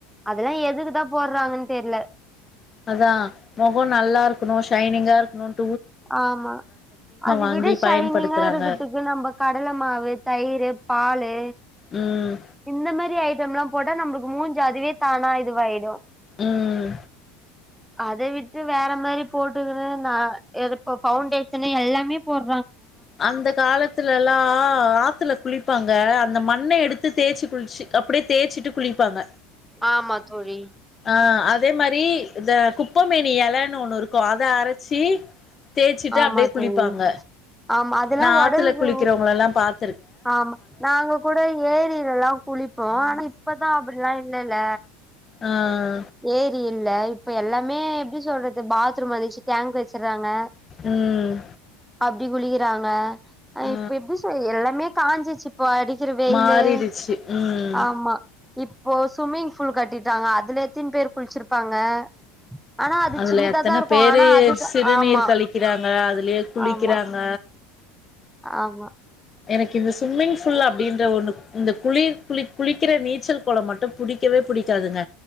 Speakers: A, in the centre; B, on the left (about 30°).
A: அதெல்லாம் எதுக்குதா போடுறாங்கன் தெர்ல
B: அதான் முகம் நல்லா இருக்கணும் ஷைனிங்கா இருக்கணும்
A: ஆமா அத
B: வாங்கி
A: விட ஷைனிங்கா
B: பயன்படுத்துறாங்க
A: இருக்கதுக்கு நம்ம கடலை மாவு தயிரு பாலூ
B: ம்
A: இந்த மாரி ஐட்டம் யலாம் போட்ட நம்மளுக்கு மூஞ்சு அதுவே தானா இதுவாயிடும்
B: உம்
A: அத விட்டு வேற மாரி போட்டுக்குனு ந எதுப்ப பவுண்டேஷன் எல்லாமே போற
B: அந்த காலத்லல்லாம் ஆத்துல குளிப்பாங்க அந்த மண்ணை எடுத்து தேச்சு குளிச்சு அப்டியே தேய்ச்சிட்டு குளிப்பாங்க
A: ஆமா தோழி
B: ஆ அதே மாரி இந்த குப்பைமேனி ஏலன்னு ஒன்னு இருக் கும் அத அரச்சி தேய்ச்சிட்டு
A: ஆமா
B: அப்டியே குளிப்பாங்க
A: தோழி ஆமா அதெல்லா
B: நா
A: ஒடலுக்கு
B: ஆத்துல குளிக்கிறவுங்களல்லாம் பாத்
A: ஆமா நாங்க கூட ஏரியிலல்லா குளிப்போம் ஆனா இப்பதான் அப்டில்லாம் இல்லல்ல
B: ஆஹ்
A: ஏரி இல்ல இப்ப எல்லாமே எப்டி சொல்றது பாத் துரும் வந்துச்சி டேங்க் வச்சறாங்க
B: ம்
A: அப்டி குளிக்கிறாங்க ஹா
B: ஆ
A: இப்ப எப்டி சொய்ய எல்லாமே காஞ்சிச்சு இப்போ அடிக்கிற வெயிலு
B: மாறிடுச்சு ம்
A: ஆமா இப்போ சுவிம்மிங்பூல் கட்டிட்டாங்க அதுல எத்தின் பேர் குளிச்சிருப்பாங்க ஆனா அது
B: அதுல
A: சின்னதாதா
B: எத்தனை
A: இருக்கு
B: பேரு
A: ஆனா அதுதா
B: சிறுநீர்
A: ஆமா
B: கழிக்கிறாங்க அதுலயே குளிக்கிறாங்க
A: ஆமா ஆமா
B: எனக்கு இந்த சுவிம்மிங்பூல் அப்டின்ற ஒன்னு இந்த குளிர் குளி குளிக்கிற நீச்சல் குளம் மட்டும் புடிக்கவே புடிக்காதுங்க